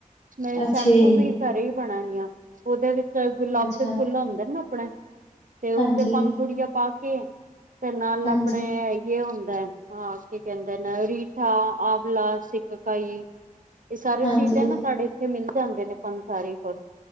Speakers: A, on the right (about 70°); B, on the left (about 55°).
A: ਮੈਂ
B: ਅੱਛਾ
A: ਸ਼ੈਂਪੂ
B: ਜੀ
A: ਵੀ ਘਰੇ ਹੀ ਬਣਾ ਨੀ ਆ। ਉਹਦੇ ਵਿੱਚ ਗੁਲਾਬ
B: ਅੱਛਾ
A: ਦੇ ਫੁੱਲ ਹੁੰਦੇ ਨੇ ਆਪਣੇ। ਤੇ ਉਸਦੇ
B: ਹਾਂਜੀ
A: ਪੰੰਗੁੜੀਆਂ ਪਾ ਕੇ ਤੇ ਨਾਲ
B: ਹਾਂਜੀ
A: ਆਪਣੇ ਹੁੰਦਾ ਹੈ। ਹਾਂ ਕੀ ਕਹਿੰਦੇ ਨਾ ਰੀਠਾ ਆਵਲਾ ਸੀਕਾਕਾਈ ਇਹ ਸਾਰੇ
B: ਹਾਂਜੀ
A: ਚੀਜਾ ਹੈ ਨਾ ਸਾਡੇ ਇੱਥੇ ਮਿਲ ਜਾਂਦੇ ਨੇ ਪੰਸਾਰੇ ਕੋਲ।